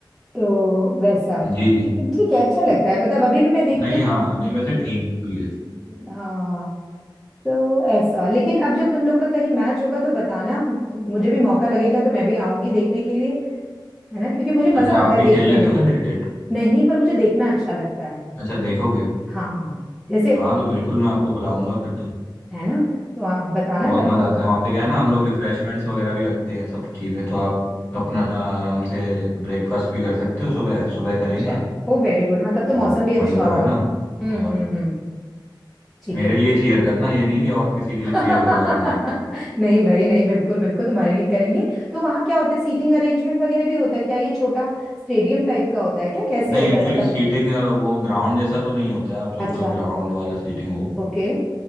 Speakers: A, in the centre; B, on the left.
A: तो वैसा
B: जी जी
A: लेकिन ठीक है अच्छा लगता है मतलब अभी भी मैं देखती
B: नहीं
A: हूँ
B: हाँ
A: तो
B: नहीं वैसे ठीक भी है
A: हाँ तो ऐसा लेकिन अब जब तुम लोग का कहीं मैच होगा तो बताना मुझे भी मौका लगेगा तो मैं भी आऊंगी देखने के लिए है ना क्योंकि मुझे
B: अच्छा
A: मजा आता
B: आप
A: है
B: भी
A: ठीक
B: खेल
A: देखने
B: लेते
A: में
B: हो क्या क्रिकेट
A: नहीं पर मुझे देखना अच्छा लगता है
B: अच्छा देखोगे
A: हाँ जैसे
B: हाँ तो बिल्कुल मैं आपको बुलाऊंगा फिर तो
A: है ना तो आप बताना
B: बहुत
A: तब
B: मज़ा
A: हम
B: आता है वहाँ पे क्या है ना हम लोग रिफ्रेशमेंट्स वगैरह भी रखते हैं सब चीज़ें तो आप अपना आराम से ब्रेकफास्ट भी कर सकते हो सुबह सुबह
A: अच्छा
B: करेंगे
A: ओ वेरी गुड हाँ तब तो
B: तो
A: मौसम भी अच्छा
B: वहीं पर
A: होगा
B: आना
A: हम्म
B: और
A: हम्म हम्म ठीक
B: मेरे
A: है
B: लिए चीयर करना ये नहीं कि और किसी के
A: <laughs>
B: लिए चीयर करो आप वहाँ
A: नहीं भाई नहीं बिल्कुल बिल्कुल तुम्हारे लिए करेंगे तो वहाँ क्या होता है सीटिंग अरेंजमेंट वगैरह भी होता है क्या ये छोटा स्टेडियम टाइप का होता है क्या कैसे
B: नहीं
A: होता
B: एक्चुअली
A: है मतलब
B: सीटिंग वो ग्राउंड जैसा तो नहीं होता है आप सोचो
A: अच्छा
B: ग्राउंड वाला सीटिंग हो
A: ओके